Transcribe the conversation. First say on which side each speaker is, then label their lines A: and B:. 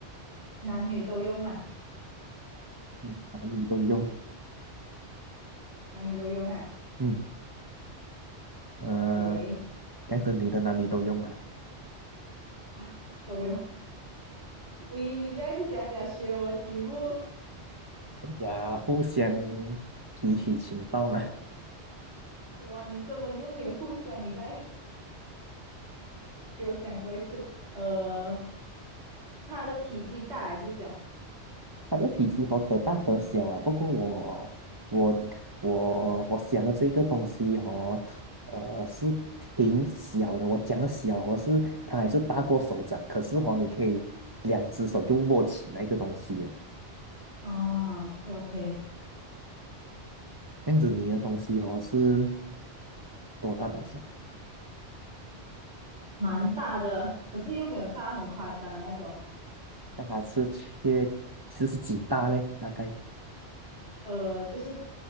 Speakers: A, on the right; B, on the right.
A: 男女都用嘛？
B: 嗯，男女都用，
A: 男女都用啊
B: 嗯，呃，
A: ？OK，
B: 这样子你的男女都用啊，
A: 啊，都用。<laughs> 喂，你不要一直假假学我的题目，
B: 呀，互相提取情报嘛。
A: 哇，你根本就没有互相，你再 <laughs> 给我想多一次。呃，它的体积大还是小？
B: 他的体积哦，可大可小啊。不过我我我我想的这个东西哦，特呃，是挺小的。我讲的小哦，是它还是大过手掌，可是哦，你可以两只手就握起那个东西了。
A: 啊，OK OK，
B: 这样子你的东西哦是多大多小？
A: 蛮大的，可是又没有大很夸张的那种。
B: 那它是缺其实是几大嘞？大概
A: 呃，就是，